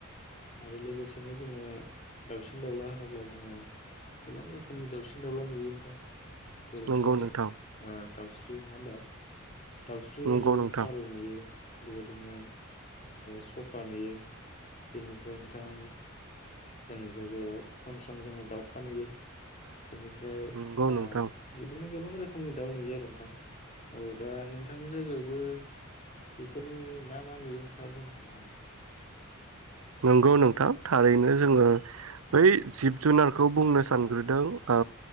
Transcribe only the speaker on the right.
नंगौ
नोंथां
नंगौ
नोंथां
नंगौ
नोंथां
नंगौ नोंथां थारैनो जोंङो बै जिब जुनार खौ बुंनो सानग्रोदों
औ